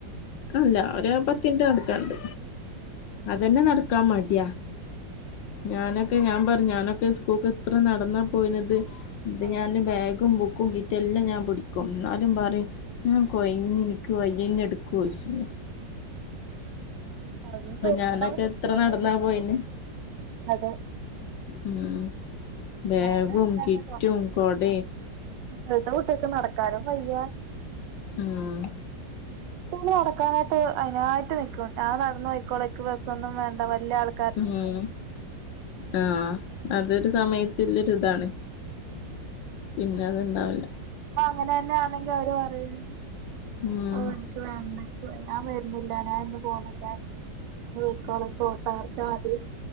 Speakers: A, on the left; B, on the right.
A: അല്ല ഒരു പത്തിറ്റ് നടക്കാണ്ട് അതന്നെ നട- നടകാൻ മടിയ ഞാനൊക്കെ ഞാൻ പറഞ്ഞലേക്കെ സുകുൾക്ക എത്ര നടന്നാ പോയിനത് ഇത്
B: അതെ
A: ഞാന് ബാഗും ബുക്കും കി- റ്റെല്ലാം ഞാൻ പിടിക്കും എന്നാലും പറയും ഞാൻ കൊയങ്ങി എനിക്ക് വയ്യ എന്നെ എടുക്കോച്ചും
B: അഹ <unintelligible> പറഞ്ഞു തോക്കണം
A: ഞാനൊക്കെ
B: കുട്ടികളെ
A: എത്ര നടന്നാ
B: എടുക്കണം
A: പോയിന്
B: അതെ
A: ഉം ബേഗും
B: ഞാനും അങ്ങനെന്നെ
A: കിറ്റും കൊട
B: ഇവിത്തെ കുട്ടിക്ക് നടക്കാനും വയ്യ
A: ഉം.
B: നടക്കാനായിട്ട് അതിനായിട്ട് നക്കും ഞാൻ നടന്നു പോക്കോള എക്ക് ബസംന്നും വേണ്ട വല്ല ആൾ-
A: ഉം ആഹ അതൊരു സമയത്തിന്റെ ഒരു ഇതാണ് പിന്നെ അത്ണ്ടാവില്ല
B: അപ്പൊ അങ്ങനെ തന്നെയാണെങ്കി അവര് പറയും
A: ഉം
B: ഓ എനിക്ക് വേണ്ട ഞാ വരുന്നില്ല എന്നും പോണില്ല അക്കള കോട്ടാർക്കതി <unintelligible>